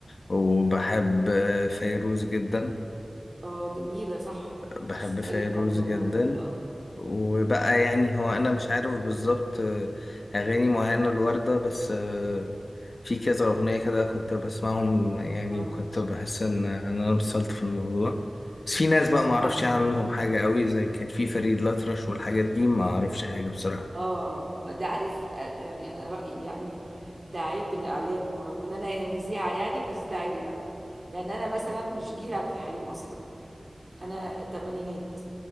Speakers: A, on the left; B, on the right.
A: وبحب آه، فيروز جدا
B: اه جميلة صح
A: بحب
B: نسيت
A: فيروز
B: اقول لك عليها والله
A: جدا
B: دي اه
A: وبقى يعني هو انا مش عارف بالظبط آه، اغاني معينه الوردة بس آه، في كذا اغنيه كده كنت بسمعهم يعني
B: اه
A: وكنت بحس ان انا انبسطت في الموضوع بس في ناس بقى ما اعرفش
B: لا.
A: عنهم حاجه قوي زي كان في فريد الأطرش والحاجات دي ما اعرفش حاجه بصراحه
B: اه اه ما ده عارف آه، يعني انا رأيي يعني ده عيب الاعلام ورغم ان انا مذيعة يعني بس ده عيب الاعلام يعني انا مثلا مش جيل عبد الحليم اصلا انا تمانينات